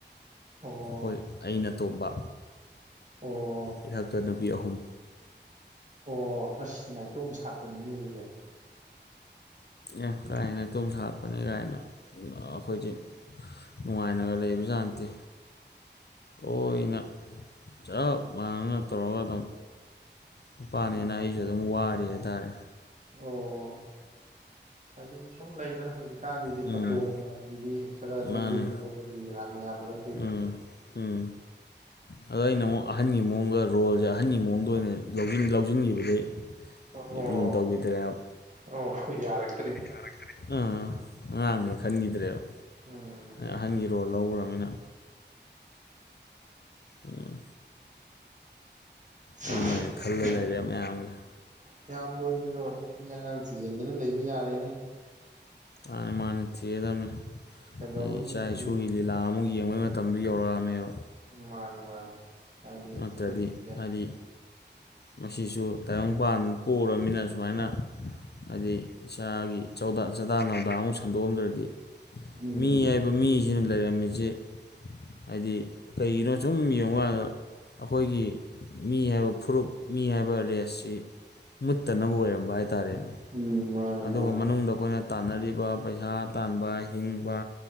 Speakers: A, on the right; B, on the left.
A: ꯑꯣ꯫
B: ꯍꯣꯏ ꯑꯩꯅ ꯇꯣꯝꯕ꯫
A: ꯑꯣ꯫
B: ꯑꯩꯊꯛꯇ ꯅꯨꯄꯤ ꯑꯍꯨꯝ꯫
A: ꯑꯣ ꯑꯁ ꯅꯥꯏꯇꯣꯝ ꯁꯥꯠꯄꯅꯤꯅꯦ ꯑꯗꯨꯗꯤ꯫
B: ꯑꯦ ꯀꯥꯏ ꯅꯥꯏꯇꯣꯝ ꯁꯥꯠꯄꯅꯦ ꯀꯥꯏꯅ ꯑꯣ ꯑꯩꯈꯣꯏꯗꯤ ꯅꯨꯡꯉꯥꯏꯅꯒ ꯂꯩꯕꯖꯠ ꯅꯠꯇꯦ ꯂꯣꯏꯅ ꯆꯞ ꯃꯥꯟꯅ ꯇꯔꯒꯗꯨꯝ ꯅꯨꯄꯥꯅꯦꯅ
A: ꯑꯣ
B: ꯑꯩꯁꯨ ꯑꯗꯨꯝ ꯋꯥꯔꯤ ꯍꯥꯏꯇꯥꯔꯦ
A: ꯑꯣ ꯍꯥꯏꯗꯤ ꯁꯨꯝ ꯂꯩꯗꯅꯥ ꯍꯧꯖꯤꯛꯀꯥꯟꯒꯤꯗꯤ
B: ꯎꯝ
A: ꯑꯇꯣꯝꯕꯒꯤꯗꯤ ꯈꯔ ꯑꯗꯨꯝ
B: ꯃꯥꯅꯦ
A: ꯂꯨꯅ ꯇꯧꯒꯜꯂꯤꯗꯅ ꯃꯌꯥꯝ ꯃꯔꯛ ꯇꯒꯤ
B: ꯎꯝ ꯎꯝ ꯑꯗꯣ ꯑꯩꯅ ꯑꯃꯨꯛ ꯑꯍꯟꯒꯤ ꯃꯑꯣꯡꯗ ꯔꯣꯜꯖꯦ ꯑꯍꯟꯒꯤ ꯃꯑꯣꯡꯗ ꯑꯣꯏꯅ ꯂꯧꯖꯤꯟ ꯂꯧꯖꯤꯟꯈꯤꯕꯗꯒꯤ
A: ꯑꯣ
B: ꯑꯩ ꯂꯨꯅ ꯇꯧꯈꯤꯗ꯭ꯔꯦꯕ
A: ꯑꯣ ꯌꯥꯔꯛ
B: ꯌꯥꯔꯛꯇꯔꯦ ꯑꯥ ꯑꯉꯥꯡꯅꯦ ꯈꯟꯈꯤꯗ꯭ꯔꯦꯕ
A: ꯎꯝ
B: ꯑꯍꯟꯒꯤ ꯔꯣꯜ ꯂꯧꯔꯕꯅꯤꯅ ꯎꯝ
A: ꯌꯥꯔꯦꯅꯦ
B: ꯑꯩꯅ ꯑꯣꯏꯅ ꯈꯜꯂ ꯂꯩꯔꯦ
A: ꯌꯥꯝ
B: ꯃꯌꯥꯝꯒꯤ
A: ꯏꯌꯥꯝꯕ ꯍꯣꯏꯁꯨ ꯅꯨꯄꯤ ꯑꯉꯥꯡ ꯊꯤꯖꯤꯟꯗꯅ ꯂꯩꯕ ꯌꯥꯔꯦꯅꯦ
B: ꯃꯥꯅꯦ ꯃꯥꯅꯤ ꯊꯤꯔꯗꯕꯅꯦ
A: ꯀꯩꯗꯧꯔꯨꯅꯤ
B: ꯑꯩ ꯏꯆꯥ
A: ꯍꯧꯖꯤꯛ
B: ꯏꯁꯨꯒꯤ ꯂꯤꯂꯥ ꯑꯃꯨꯛ ꯌꯦꯡꯕꯩ ꯃꯇꯝꯗꯨ ꯌꯧꯔꯛꯑꯝꯃꯦꯕ
A: ꯃꯥꯅꯦ ꯃꯥꯅꯦ ꯍꯥꯏꯗꯤ
B: ꯅꯠꯇ꯭ꯔꯗꯤ
A: ꯍꯧꯖꯤꯛꯁꯦ
B: ꯍꯥꯏꯗꯤ ꯃꯁꯤꯁꯨ ꯇꯥꯏꯕꯪꯄꯥꯟ ꯄꯣꯛꯎꯨꯔꯕꯅꯤꯅ ꯁꯨꯃꯥꯏꯅ ꯍꯥꯏꯗꯤ ꯏꯁꯥꯒꯤ ꯆꯧꯗ ꯆꯥꯗꯥ ꯅꯥꯎꯗꯥ ꯑꯃꯨꯛ ꯁꯟꯗꯣꯛꯑꯝꯗ꯭ꯔꯗꯤ
A: ꯎꯝ
B: ꯃꯤ ꯍꯥꯏ ꯃꯤꯁꯤꯅ ꯂꯩꯔꯝꯃꯤꯁꯤ ꯍꯥꯏꯗꯤ ꯀꯩꯒꯤꯅꯣ ꯁꯨꯝ ꯌꯦꯡꯉꯨ ꯀꯥꯟꯗ ꯑꯩꯈꯣꯏꯒꯤ ꯃꯤ ꯍꯥꯏꯕ ꯐꯨꯔꯨꯞ ꯃꯤ ꯍꯥꯏꯕ ꯔꯦꯁꯁꯤ ꯃꯨꯠꯇꯅꯕ ꯑꯣꯏꯔꯝꯕ ꯍꯥꯏꯇꯥꯔꯦꯅꯦ
A: ꯎꯝ ꯃꯥꯅꯦ
B: ꯑꯗꯨꯒ
A: ꯃꯥꯅꯦ
B: ꯃꯅꯨꯡꯗ ꯑꯩꯈꯣꯏꯅ ꯇꯥꯟꯅꯔꯤꯕ ꯄꯩꯁꯥ ꯇꯥꯟꯕ ꯍꯤꯡꯕ